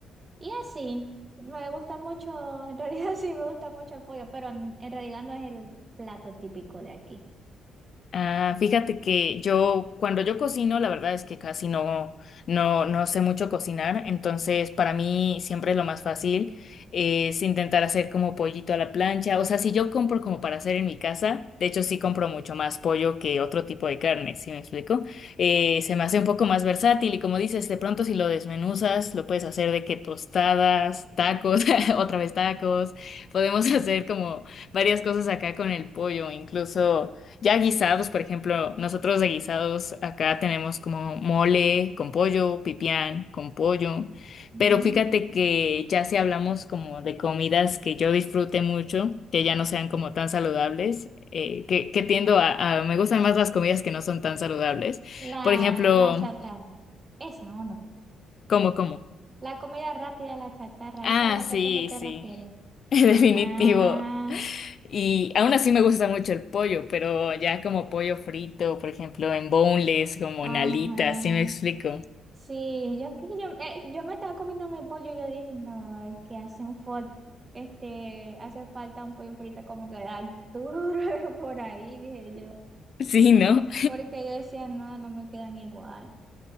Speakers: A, on the right; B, on the left.
A: Y así, me gusta mucho, en realidad <laughs> sí me gusta mucho el pollo, pero en en realidad no es el plato típico de aquí.
B: Ah, fíjate que yo, cuando yo cocino, la verdad es que casi no, no, no sé mucho cocinar, entonces para mí siempre lo más fácil es intentar hacer como pollito a la plancha, o sea, si yo compro como para hacer en mi casa, de hecho sí compro mucho más pollo que otro tipo de carne, ¿sí me explico? Eh, se me hace un poco más versátil y como dices, de pronto si lo desmenuzas, lo puedes hacer de que tostadas, tacos, <laughs> otra vez tacos, podemos <laughs> hacer como varias cosas acá con el pollo, incluso... Ya guisados, por ejemplo, nosotros de guisados acá tenemos como mole con pollo, pipián con pollo,
A: Mm.
B: pero fíjate que ya si hablamos como de comidas que yo disfrute mucho, que ya no sean como tan saludables, eh, que, que tiendo a, a- me gustan más las comidas que no son tan saludables.
A: La,
B: Por ejemplo,
A: la chatarra. Esa, ¿o no?
B: ¿cómo, cómo?
A: La comida rápida, la chatarra,
B: Ah,
A: esa es la
B: sí,
A: que a tú me te
B: sí,
A: refieres.
B: <laughs> definitivo.
A: Ah,
B: Y aún así me gusta mucho el pollo, pero ya como pollo frito, por ejemplo, en boneless, como
A: ajá.
B: en alitas, ¿sí me explico? <laughs>
A: Sí, yo es que yo, eh, yo me estaba comiendo mi pollo y yo dije, no, es que hace un fo- este, hace falta un pollo frito como que da duro <laughs> por ahí, dije yo.
B: Sí, ¿no?
A: Porque yo decía, no, no me quedan igual.